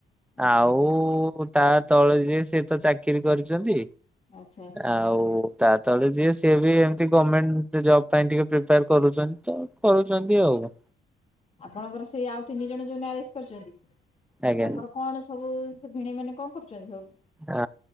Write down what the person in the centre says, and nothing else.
ଆଉ ତା ତଳେ ଯିଏ ସିଏତ ଚାକିରି କରିଛନ୍ତି।
ଆଉ ତା ତଳେ ଯିଏ ସିଏ ବି ଏମିତି ଗଭର୍ଣମେଣ୍ଟ ଜବ ପାଇଁ ଟିକେ ପ୍ରିପେୟାର କରୁଚନ୍ତି ତ କରୁଚନ୍ତି। ତି ଆଉ।
ଆଜ୍ଞା
ଆ